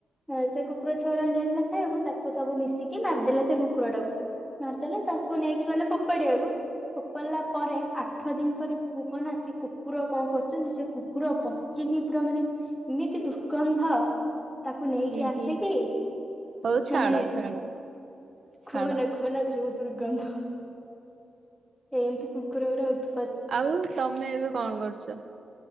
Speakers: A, in the centre; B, on the right.
A: ହଁ ସେ କୁକୁର ଛୁଆ ଗୁରାଙ୍କୁ ଦିଆହେଇଥିଲା ଖାଇବାକୁ ତାକୁ ସବୁ ମିଶିକି ମାରିଦେଲା ସେ କୁକୁର ଟାକୁ ମାରିଦେଲେ ତାକୁ ନେଇକି ଗଲେ ଫୋପାଡ଼ିଆକୁ ଫୋପଡ଼ିଲା ପରେ ଆଠ ଦିନି ପରେ କୁହନା ସେ କୁକୁର କଣ କରୁଚନ୍ତି ସେ କୁକୁର ପ ଚିକି ପୁରା ମାନେ ଏମିତି ଦୁଷ୍ଗନ୍ଧ ତାକୁ ନେଇକି
B: ହି
A: ଆସିକି
B: ହି ହଉ ଛାଡ
A: ମାନେ
B: ଛାଡ ଛାଡ
A: ଖୁହନା ଖୁହନା ଯୋଉ ଦୁର୍ଗନ୍ଧ ଏମିତି କୁକୁର ଅରା ଉତୁ
B: ଆଉ ତମେ ଏବେ କଣ କରୁଚ?